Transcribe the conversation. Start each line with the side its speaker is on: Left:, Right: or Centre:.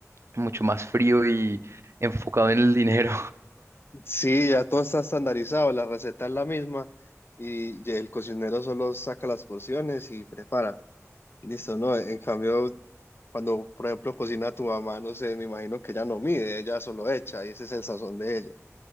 Right: mucho más frío y enfocado en el dinero.
Left: Sí, ya todo está estandarizado, la receta es la misma y y el cocinero solo saca las porciones y prepara. Listo, ¿no? En cambio, cuando, por ejemplo, cocina tu mamá, no sé, me imagino que ella no mide, ella solo echa y ese es el sazón de ella.